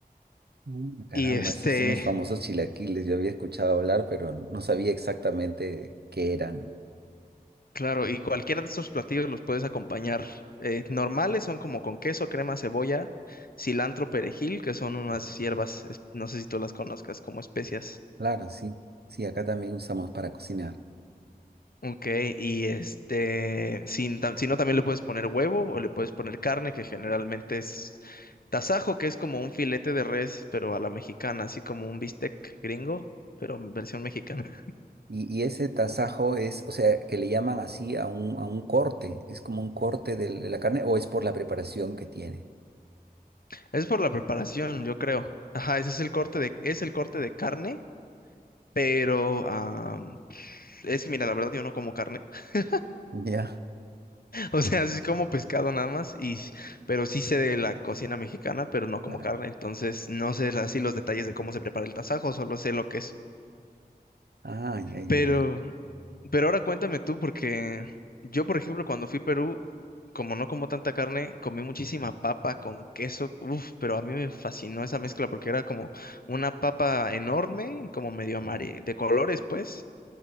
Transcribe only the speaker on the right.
Mm, Caramba,
esos son los famosos
chilaquiles. Yo había escuchado hablar, pero no sabía exactamente qué eran.
Claro, sí. Sí, acá también usamos para cocinar.
Y, y ese tasajo es, o sea, que le llaman así a un, a un corte. Es como un corte del- de la carne o es por la preparación que tiene.
Ya,
claro.
Ah, ya, ya,
ya.